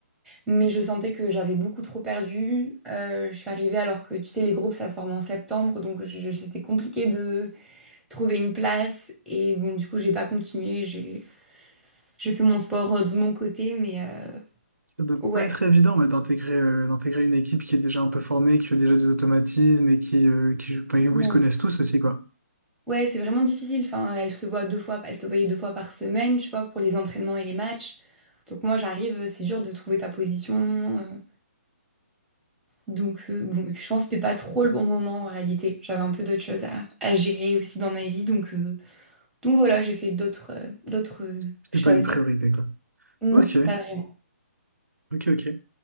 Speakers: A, in the centre; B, on the right.
A: mais je sentais que j'avais beaucoup trop perdu. Euh, je suis arrivée alors que, tu sais, les groupes, ça se forme en septembre, donc je- je- c'était compliqué de trouver une place. Et bon, du coup, j'ai pas continué. J'ai j'ai fait mon sport euh, de mon côté, mais euh,
B: Ça doit
A: ouais,
B: pas être évident ouais, d'intégrer euh, d'intégrer une équipe qui est déjà un peu formée, qui a déjà des automatismes et qui, euh, qui, enfin, où
A: non.
B: ils se connaissent tous aussi, quoi.
A: Ouais, c'est vraiment difficile. Enfin, elle se voit deux fois, elle se voyait deux fois par semaine, tu vois, pour les entraînements et les matchs. Donc moi, j'arrive, c'est dur de trouver ta position. euh, donc euh, bon, et puis je pense que c'était pas trop le bon moment en réalité. J'avais un peu d'autres choses à, à gérer aussi dans ma vie, donc euh, donc voilà, j'ai fait d'autres euh, d'autres euh,
B: C'était
A: choses.
B: pas une priorité, quoi.
A: Non,
B: Ok,
A: pas vraiment.
B: ok, ok.